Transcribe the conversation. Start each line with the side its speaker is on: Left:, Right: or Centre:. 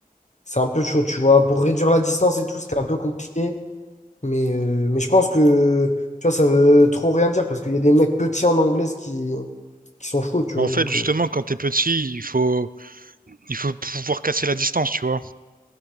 Left: c'est un peu chaud, tu vois. Pour réduire la distance et tout, c'était un peu compliqué. Mais, euh, mais je pense que, tu vois, ça veut trop rien dire parce qu'il y a des mecs petits en anglais qui, qui sont chauds, tu
Right: Mais
Left: vois.
Right: en
Left: Donc,
Right: fait, justement,
Left: euh,
Right: quand t'es petit, il faut il faut pouvoir casser la distance, tu vois.